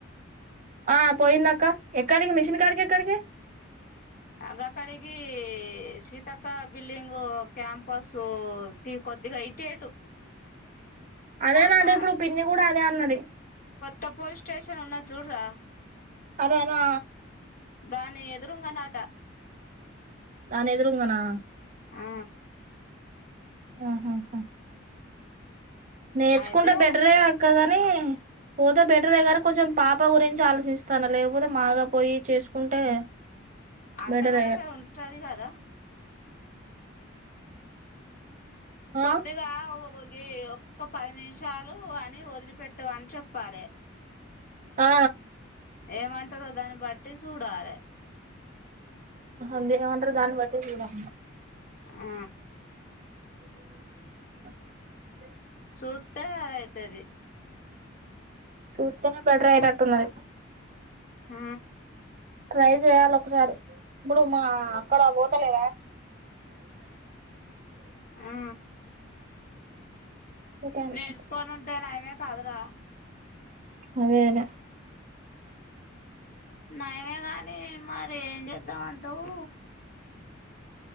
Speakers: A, on the right; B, on the left.
A: ఆ పోయిందాక్క ఎక్కడికి మిషన్ కాడికి ఎక్కడికి.
B: అ గక్కడికీ సీతక్క బిల్డింగు క్యాంపసు టి కొద్దిగా ఇటేటు.
A: అదేనా
B: పో
A: అంటే
B: పా
A: ఇప్పుడు పిన్ని కూడా అదే అన్నది.
B: త పోలీస్ స్టేషన్ ఉన్నది జూడరా.
A: అదేనా.
B: దాని ఎదురుంగ నాట.
A: దాని ఎదురుంగనా.
B: ఆ.
A: ఆ హా హా హా. నేర్చకుంటె
B: అయితే
A: బెట్రే అక్క గని. పేమ్ పోతే బెటరే గనీ కొంచెం పాప గురించి ఆలోచిస్తాన్న లేకపోతే మాగా పోయి చేసుకుంటే.
B: అత్తమ్మ
A: బెటరే
B: దగ్గర ఉంటది కదా.
A: ఆ
B: కొద్దిగా ఒగే ఒక్క పది నిమిష. చాలు అని వదిలిపెట్టువని చెప్పాలె.
A: ఆ.
B: ఏమంటారో దాని బట్టి సుడాలే.
A: మున్ దేమంటరో దాన్ని బట్టి సూడా.
B: ఆ.
A: <inaudible>
B: సుత్తే అయితది.
A: సూస్తేనే బెటర్ అయితట్టున్నది.
B: ఆ.
A: ట్రై చేయాలి ఒకసారి ఇప్పుడు మా అక్కడ పోతలేద.
B: ఆ.
A: పోతాంది
B: నేర్సుకొని ఉంటే ఆయమే కాదురా.
A: అదే అదే.
B: నయమే గాని మరి ఏం జెద్దామంటావూ.